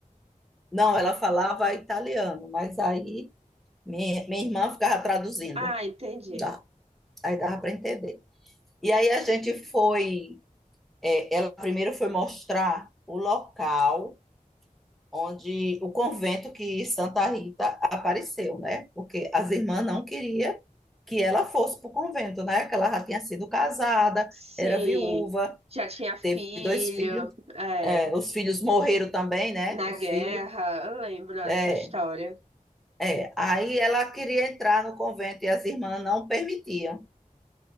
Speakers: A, in the centre; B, on the right (about 45°).
A: Não, ela falava italiano, mas aí minha, minha irmã ficava traduzindo.
B: Ah, entendi.
A: Dá. Aí dava para entender. E aí a gente foi. é, ela primeiro foi mostrar o local onde o convento que Santa Rita apareceu, né? Porque as irmãs não queriam que ela fosse para o convento, né? Que ela já tinha sido casada,
B: Sim,
A: era viúva,
B: já tinha filho,
A: teve dois filhos,
B: é,
A: é, os filhos morreram também, né?
B: na
A: Os
B: guerra,
A: filhos.
B: eu lembro dessa
A: É,
B: história.
A: é. Aí ela queria entrar no convento e as irmãs não permitiam.